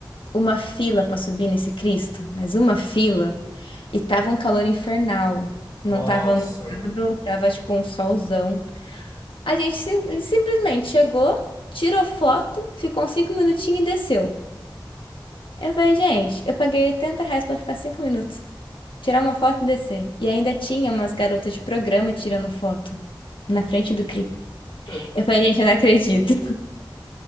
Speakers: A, on the left; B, on the left.
A: Uma fila pra subir nesse Cristo, mas uma fila. E tava um calor infernal. Não
B: Nossa,
A: tava nublado,
B: mano.
A: tava tipo um solzão. A gente sim- simplesmente chegou, tirou foto, ficou uns 5 minutinhos e desceu. Eu falei, gente, eu paguei 80 reais pra ficar 5 minutos. Tirar uma foto e descer. E ainda tinha umas garotas de programa tirando foto na frente do Cristo.
B: <laughs>
A: Eu falei, gente, eu não acredito.